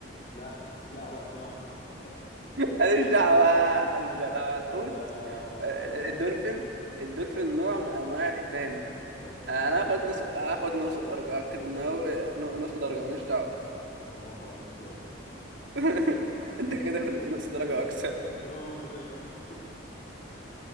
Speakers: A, on the left; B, on the right.
A: لا لا لا سمحت
B: ماليش دعوة ماليش دعوة الحوت
A: <laughs> لا لا لا لا
B: آه،
A: أنا
B: الدولفين الدولفين نوع من انواع الحيتان
A: لو في
B: انا
A: لجنة-
B: هاخد نص هاخد
A: لا
B: نص درجة
A: لو
B: اكتب
A: في لجنة
B: ان هو نص درجة ماليش دعوة
A: خلاص أنا موافق على نص درجة
B: <laughs> انت كده فاضل نص درجة واكسب
A: طالما مش درجة كاملة